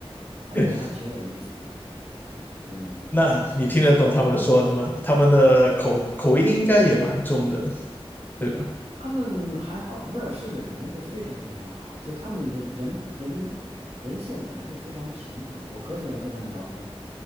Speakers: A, on the right; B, on the left.
A: 感觉还挺有意思的。
B: <laughs>
A: 嗯，
B: 那你听得懂他们说的吗？他们的口口音应该也蛮重的，对吧？
A: 他们还好，威尔士的人会非常非常好，就他们人人人人性本来就非常平和，我可喜欢跟他们聊天了。